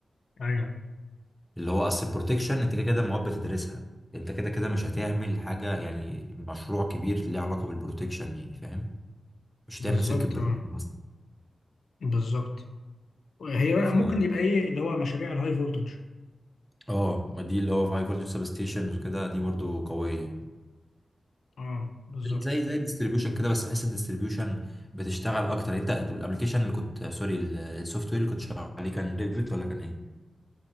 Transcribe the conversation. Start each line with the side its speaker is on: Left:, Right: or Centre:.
Left: ايوه
Centre: اللي هو اصل البروتكشن انت كده كده المواد بتدرسها انت كده كده مش هتعمل حاجة يعني مشروع كبير ليه علاقة بالبروتكشن يعني فاهم مش
Left: بالظبط
Centre: هتعمل سيركت بريك
Left: اه
Centre: مثلا
Left: بالظبط هي بقى
Centre: ف-
Left: ممكن يبقى ايه اللي هو مشاريع الهاي فولتج
Centre: اه ما دي اللي هو هاي فولتج سب ستيشنز وكده دي برضو قوية
Left: اه بالظبط
Centre: زي زي الديستريبيوشن كده بس بحس الديستريبيوشن بتشتغل اكتر انت الابلكيشن اللي كنت سوري السوفت وير اللي كنت شغال عليه كان ريفت ولا كان ايه